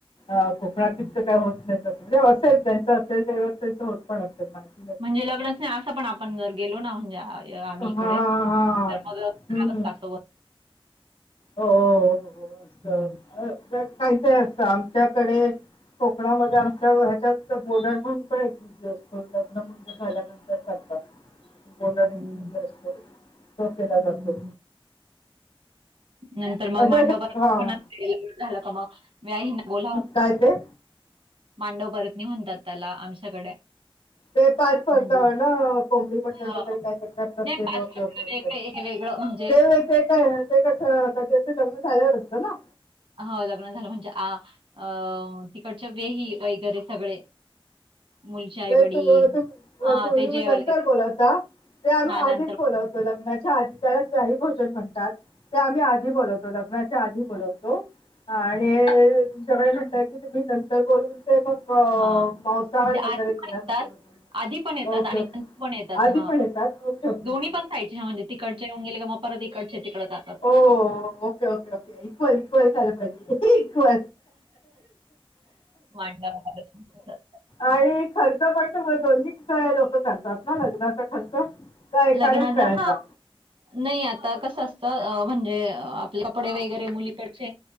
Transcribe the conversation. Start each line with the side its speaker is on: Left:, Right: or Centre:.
Left: अ कोकणात
Right: हं.
Left: तकं काय होत नाही तं म्हणजे असेल त्यांच असेल तेव त्यांच होत पण असेल माहि
Right: म्हणजे लग्च नाही असं पण आपण जर गेलो ना म्हणजे आम्ही
Left: हा
Right: इकडे
Left: हा हा
Right: तर
Left: हम्म,
Right: मग
Left: हम्म.
Right: लागतो
Left: हो हो हो हो
Right: हं.
Left: अस अ काहीच असतं आमच्याकडे कोकणामध्ये ह्याच्यात बोर्डर म्हण पण एक असतो लग्न म्हणजे झाल्यानंतर करचातात बोड
Right: हं,
Left: ये
Right: हं.
Left: जे असतो तो केला जातो
Right: हं, हं. नंतर मग
Left: असे
Right: मांडव
Left: असं
Right: प
Left: हा
Right: झालं का मग व्याही बोला
Left: काय ते
Right: मांडव परतनी म्हणतात त्याला आमच्याकडे
Left: ते पाच फत
Right: म्हणजे
Left: ना कोंबडी मटण
Right: हां.
Left: वगैरे काय करतते
Right: नाही
Left: ओके
Right: वाजता
Left: ओके
Right: वेगळे
Left: ओे
Right: हे वेगळं म्हणजे
Left: ते ते काय ते कस क लग्न चालेवर असतं ना
Right: ह लग्न झालं म्हणजे आ अ तिकडच्या वेही वगैरे सगळे मुलीचे आई-वडील
Left: ते त तु
Right: हां,
Left: तुम्ही
Right: ते जेवायला
Left: नंतर
Right: येतात
Left: बोलवता ते आम्ही
Right: हां,
Left: आधीच
Right: नंतर
Left: बोलवत लग्नाच्या आधी त्याला व्याही भोजन म्हणतात ते आम्ही आधी बोलवतो लग्नाच्या आधी बोलवतो आणि तुमच्याकडे म्हणत की तुम्ही न तर बोलून ते मग
Right: हां. म्हणजे
Left: मांसाहार वगैरे
Right: आधी
Left: दिला
Right: पण येतात,
Left: जातो
Right: आधी पण येतात
Left: ओके
Right: आणि
Left: ओके
Right: नंत पण येतात
Left: आधी
Right: हा
Left: पण येतात ओके ओके
Right: दोन्ही
Left: ओके
Right: पण खयचे ह म्हणजे तिकड ऊन गेले का मग परत त इकडचे तिकडे जात
Left: ओ okay okay okay equal equal झालं पाहिजे इक्व
Right: मांडवावर म्हणतात.
Left: आणि खर्च पणतो म दोन्ही कसा लोकत लग्नाचा खर्च तर एकालाच
Right: लग्नाचा
Left: करायचा
Right: हां, नाही आता कसं असतं म्हणजे कपडे वगैरे मुलीकडचे